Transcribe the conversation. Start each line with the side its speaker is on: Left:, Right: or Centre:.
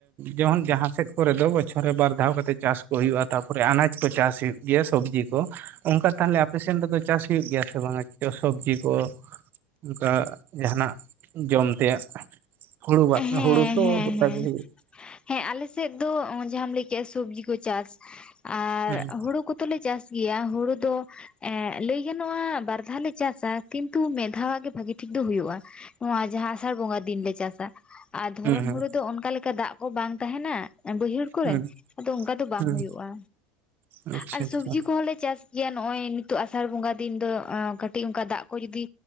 Right: ᱡᱮᱢᱚᱱ ᱡᱟᱦᱟᱸ ᱥᱮᱫ ᱠᱚᱨᱮ ᱫᱚ ᱵᱚᱪᱷᱚᱨ ᱨᱮ ᱵᱟᱨ ᱫᱷᱟᱣ ᱠᱟᱛᱮ ᱪᱟᱥ ᱠᱚ ᱦᱩᱭᱩᱜᱼᱟ ᱛᱟᱯᱚᱨᱮ ᱟᱱᱟᱡ ᱠᱚ ᱪᱟᱥ ᱦᱩᱭᱩᱜ ᱜᱮᱭᱟ ᱥᱚᱵᱽᱡᱤ ᱠᱚ, ᱚᱱᱠᱟ ᱛᱟᱦᱞᱮ ᱟᱯᱮ ᱥᱮᱱ ᱨᱮᱫᱚ ᱪᱟᱥ ᱦᱩᱭᱩᱜ ᱜᱮᱭᱟ ᱥᱮ ᱵᱟᱝᱼᱟ ᱪᱚ ᱥᱚᱵᱽᱡᱤ ᱠᱚ ᱚᱱᱠᱟ ᱡᱟᱦᱟᱱᱟᱜ ᱡᱚᱢ ᱛᱮᱭᱟᱜ ᱦᱩᱲᱩ ᱵᱟᱫ
Left: ᱦᱮᱸ ᱦᱮᱸ
Right: ᱦᱩᱲᱩ ᱛᱚ
Left: ᱦᱮᱸ
Right: ᱜᱚᱴᱟᱜᱮ ᱦᱩᱭᱩᱜᱟ
Left: ᱦᱮᱸ ᱟᱞᱮ ᱥᱮᱫ ᱫᱚ ᱡᱟᱦᱟᱸᱢ ᱞᱟᱹᱭ ᱠᱮᱫᱼᱟ ᱥᱚᱵᱡᱤ ᱠᱚ ᱪᱟᱥ ᱟᱨ
Right: ᱦᱩᱸ
Left: ᱦᱩᱲᱩ ᱠᱚ ᱡᱚᱛᱚ ᱞᱮ ᱪᱟᱥ ᱜᱮᱭᱟ ᱦᱩᱲᱩ ᱫᱚ ᱮᱸᱜ ᱞᱟᱹᱭ ᱜᱟᱱᱚᱜᱼᱟ ᱵᱟᱨ ᱫᱷᱟᱣ ᱞᱮ ᱪᱟᱥᱟ ᱠᱤᱱᱛᱩ ᱢᱤᱫ ᱫᱷᱟᱣ-ᱟᱜ ᱜᱮ ᱵᱷᱟᱹᱜᱤ ᱴᱷᱤᱠ ᱫᱚ ᱦᱩᱭᱩᱜᱼᱟ᱾ ᱱᱚᱣᱟ ᱡᱟᱦᱟᱸ ᱟᱥᱟᱲ ᱵᱚᱸᱜᱟ ᱫᱤᱱ ᱞᱮ ᱪᱟᱥᱟ᱾ ᱟᱨ ᱫᱷᱚᱨᱚᱱ
Right: ᱦᱩᱸ
Left: ᱦᱩᱲᱩ ᱫᱚ ᱚᱱᱠᱟ ᱞᱮᱠᱟ ᱫᱟᱜ ᱠᱚ ᱵᱟᱝ ᱛᱟᱦᱮᱱᱟ ᱵᱟᱹᱭᱦᱟᱹᱲ ᱠᱚᱨᱮ
Right: ᱦᱩᱸ
Left: ᱟᱫᱚ ᱚᱱᱠᱟ ᱫᱚ ᱵᱟᱝ
Right: ᱦᱩᱸ
Left: ᱦᱩᱭᱩᱜᱼᱟ
Right: ᱦᱩᱸ ᱟᱪᱪᱷᱟ
Left: ᱟᱨ
Right: ᱟᱪᱪᱷᱟ
Left: ᱥᱚᱵᱡᱤ ᱠᱚᱦᱚᱸ ᱞᱮ ᱪᱟᱥ ᱴᱤᱠ ᱜᱮᱭᱟ ᱱᱚᱜ-ᱚᱭ ᱱᱤᱛᱚᱜ ᱟᱥᱟᱲ ᱵᱚᱸᱜᱟ ᱫᱤᱱ ᱫᱚ ᱠᱟᱹᱴᱤᱡ ᱚᱱᱠᱟ ᱫᱟᱜ ᱠᱚ ᱡᱩᱫᱤ